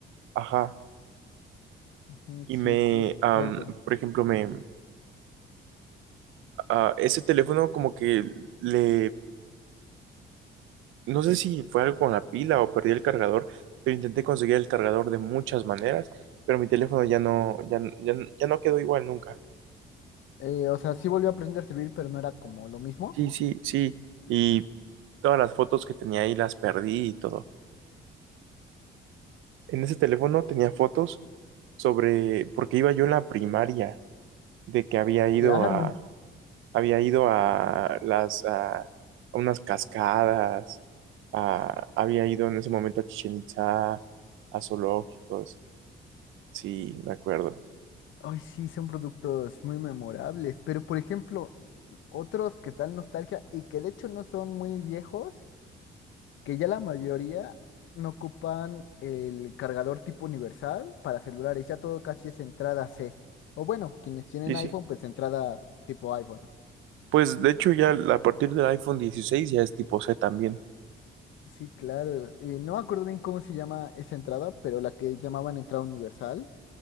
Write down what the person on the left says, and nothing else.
Mm,
Sí,
sí, recuerdo.
Eh, o sea, sí volvió a aprender a servir, pero no era como lo mismo.
Claro.
Ay, sí, son productos muy memorables. Pero, por ejemplo, otros que tal nostalgia y que de hecho no son muy viejos. que ya la mayoría no ocupan el cargador tipo universal para celulares, ya todo casi es entrada C. O bueno, quienes tienen
iPhone, pues entrada tipo iPhone.
Sí, claro. y no me acuerdo bien cómo se llama esa entrada, pero la que llamaban entrada universal,